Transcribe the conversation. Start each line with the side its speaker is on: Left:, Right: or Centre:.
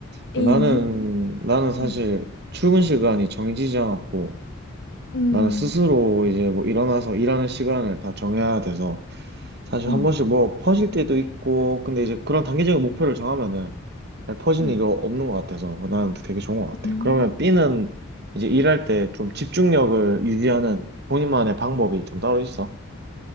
Right: 나는,
Left: A는?
Right: 나는 사실
Left: 음.
Right: 출근 시간이 정해지지 않았고,
Left: 음,
Right: 나는 스스로 이제 뭐 일어나서 일하는 시간을 다 정해야 돼서, 사실
Left: 음,
Right: 한 번씩 뭐 퍼질 때도 있고, 근데 이제 그런 단기적인 목표를 정하면은 잘 퍼지는
Left: 음.
Right: 일이 없는 것 같아서 난 되게 좋은 것 같아.
Left: 음.
Right: 그러면 B는 이제 일할 때 좀 집중력을 유지하는 본인만의 방법이 좀 따로 있어?